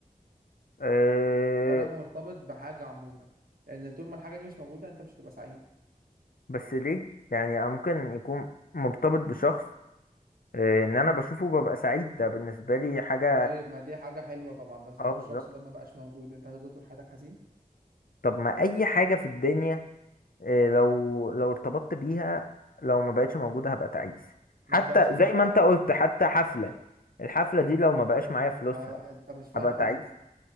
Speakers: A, on the left; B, on the right.
A: آه،
B: ولا مرتبط بحاجة عموما لان طول ما الحاجة دي مش موجودة انت مش هتبقى سعيد
A: بس ليه يعني أنا ممكن يكون مرتبط بشخص آه، ان انا بشوفه ببقى سعيد ده بالنسبه لي حاجه
B: طيب ما دي حاجة حلوة طبعا بس
A: اه
B: لو
A: بالظبط
B: الشخص ده ما بقاش موجود انت هتفضل طول حياتك حزين
A: طب ما اي حاجه في الدنيا آه، لو لو ارتبطت بيها لو ما بقتش موجوده هبقى تعيس حتى
B: ما انت مش لازم
A: زي
B: بقى
A: ما انت قلت حتى حفله الحفله دي لو ما بقاش معايا فلوسها
B: انا انت مش فاهم
A: هبقى تعيس
B: قصدي